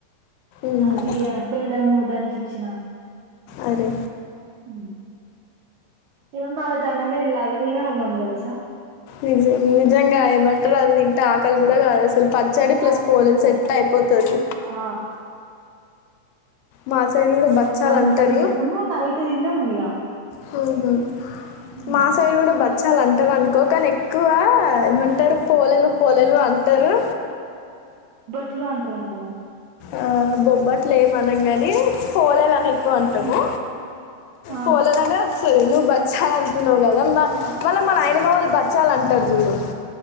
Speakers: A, on the left (about 90°); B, on the right (about 80°).
A: మ్మ్.
B: ఆ బియ బెల్లమూ ఇచ్చిన
A: అరే
B: ఉహు ఏం మారోజు అన్నమే తిండ్ల అది తినే ఉన్నాం తెలుసా
A: నిజ నిజంగా ఏమంటారు అది తింటే ఆకలి గుడా కాదసలు పచ్చడి ప్లస్
B: ఆకలి
A: పోలేెలు
B: కాదు
A: సెట్ అయిపోతుంది
B: ఆ
A: మా సైడ్ కూడా బచ్చాలు
B: అరె అన్నం
A: అంటారు
B: తిన్నాము నైట్ తినం ఇగ
A: హుహు
B: ఇగ
A: మా సైడు గుడా బ చాలా అంటారు అనుకో కాని ఎక్కువ ఏమంటారు పోలేలు పోలేలు అంటారు
B: ఇట్లు అంటారంట
A: ఆ బొబ్బట్లే అనం గాని పోలేలు అను ఎక్కువ అంటాము
B: ఆ ఆ
A: పోలాలనే వస్తది నువ్వు బచ్చాలంట నువు కదంగా
B: ఆ
A: మళ్ళీ మన న్నాయనమ్మ వాళ్ళు బచ్చాలాంటరు చూడు